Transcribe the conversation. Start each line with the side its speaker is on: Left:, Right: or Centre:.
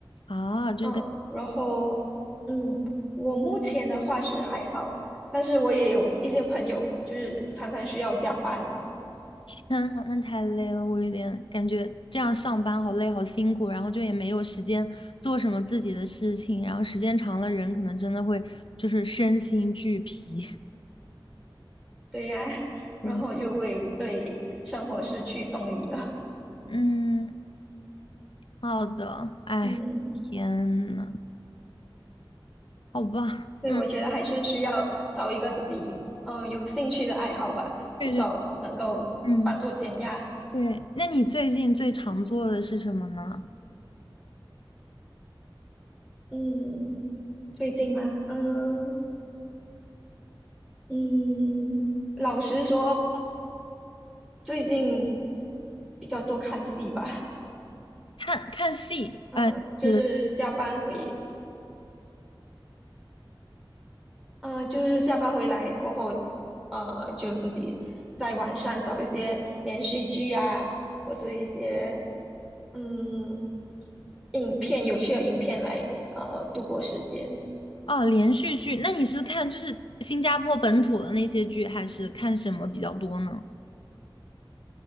Left: 啊？就跟。
Centre: 嗯，然后嗯，我目前的话是还好，但是我也有一些朋友就是常常需要加班，
Left: 天呐，那太累了，我有点感觉这样上班好累，好辛苦，然后就也没有时间做什么自己的事情，然后时间长了，人可能真的会就是身心俱疲。<laughs>
Centre: 对呀，<laughs>
Left: 对，
Centre: 然后就会对生活失去动力了，
Left: 嗯，好的，哎，
Centre: 嗯。
Left: 天呐，好吧，
Centre: 所以我觉得还是需要找一个自己嗯、
Left: 嗯，
Centre: 呃有兴趣的爱好吧，
Left: 对对，
Centre: 至少能够帮助减压。
Left: 嗯，对，那你最近最常做的是什么呢？
Centre: 嗯，最近吗？嗯嗯，老实说，最近比较多看戏吧。
Left: 看看戏，
Centre: 嗯，
Left: 呃，是
Centre: 就是下班回，嗯，就是下班回来过后，呃，就自己在网上找一些连续剧啊，或者一些嗯，影片有趣的影片来呃度过时间，
Left: 哦，连续剧，那你是看就是新加坡本土的那些剧，还是看什么比较多呢？